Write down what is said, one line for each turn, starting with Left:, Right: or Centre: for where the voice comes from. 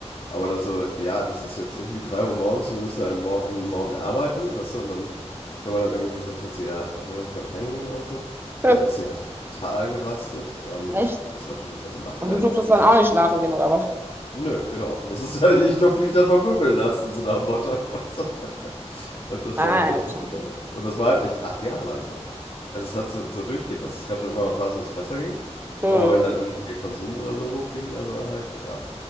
Left: Aber dann so, ja, das ist jetzt irgendwie 3 Uhr morgens und wir müssen halt mor am Morgen arbeiten, weißt du? Und dann, wenn man dann irgendwie gesagt hat, so, ja, wollen wir nicht mal pennen gehen oder so,
Right: <laughs>
Left: dann ist sie halt total gerastet und
Right: Echt?
Left: das war schon, also im Nachhinein
Right: Und du
Left: hätte
Right: durftest
Left: ich gesagt, was
Right: dann auch
Left: wie,
Right: nicht schlafen gehen, oder was?
Left: nö, genau. Und Das ist halt, ich durfte mich dann vermöbeln lassen, so nach dem Motto, <laughs> weißt du? Und das
Right: Alter.
Left: war halt richtig bescheuert. Und das war halt echt acht Jahre lang so. Also es hat so, so durchgehend was. Es gab dann immer Phasen, wo es besser ging.
Right: Mhm.
Left: Aber wenn dann irgendwie ihr Konsum oder so hochging, dann war halt, ja,